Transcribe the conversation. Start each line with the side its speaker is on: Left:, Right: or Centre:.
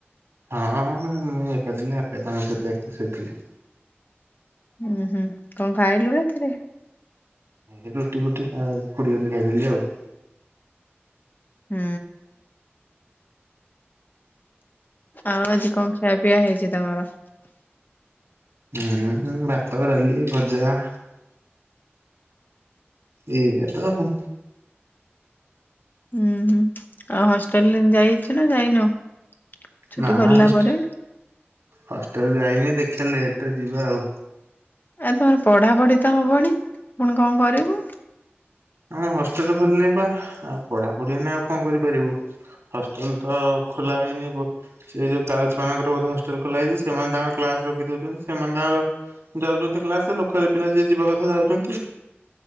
Right: ହଁ ମୁଁ ଏକା ଥିଲି। ହାପି ଦାଦାଙ୍କ ସହିତ ଏକା ଶୋଇଥିଲି।
Left: ହୁଁ-ହୁଁ, କଁ ଖାଇଲୁ ରାତିରେ?
Right: ଏ ରୁଟି ଫୁଟି ଆଏ ଖୁଡି ଘରଠି ଖାଇଦେଲି ଆଉ।
Left: ହୁଁ ଆଉ ଆଜି କଁ ଖିଆପିଆ ହେଇଚି ତମର?
Right: ହୁଁ-ହୁଁ ଭାତ, ଡାଲି, ଭଜା ଏଇଆ ତ ଆଉ।
Left: ହୁଁ-ହୁଁ ଆଉ ହଷ୍ଟେଲେ ଯାଇଛୁ ନା ଯାଇନୁ? ଛୁଟି
Right: ନା
Left: ଖୋଲିଲା
Right: ହଷ୍ଟ
Left: ପରେ
Right: ହଷ୍ଟେଲ୍ ଯାଇନି ଦେଖିଆ ଲେଟ୍ ରେ ଯିବା ଆଉ।
Left: ଏ ତମର ପଢାପଢ଼ି ତ ହବଣି ପୁଣି କଁ କରିବୁ?
Right: ଆମ ହଷ୍ଟେଲ ଖୋଲିନି ବା ଆଉ ପଢାପଢି ଏଇନା ଆଉ କଁ କରିପାରିବୁ। ହଷ୍ଟେଲ୍ ତ ଖୋଲା ହୋଇନି ବୋ ସେଇ ଯୋଉ ଗାର୍ଲ୍ସ ମାନଙ୍କର ହଷ୍ଟେଲ୍ ଖୋଲା ହେଇଚି ସେମାନେ ତାଙ୍କର କ୍ଲାସ୍ ରଖି ଦଉଛନ୍ତି ସେମାନେ ତାଙ୍କର ଯାଉଚନ୍ତି କ୍ଲାସେ ଲୋକାଲ୍ ପିଲା ଯିଏ ଯିବା କଥା ଯାଉଚନ୍ତି।